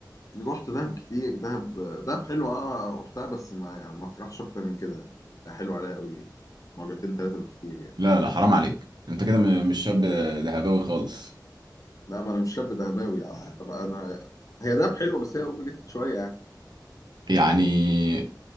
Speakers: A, on the left (about 45°); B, on the right (about 70°).
A: رحت دهب كتير دهب دهب حلو اه وبتاع بس ما يعني ما تروحش اكتر من كده يعني حلو عليا قوي مرتين ثلاثه بالكتير يعني
B: لا لا حرام عليك انت كده م- مش شاب دهباوي خالص
A: لا ما انا مش شاب دهباوي يعني طبعا انا هي دهب حلوه بس هي اوفر شويه يعني
B: يعني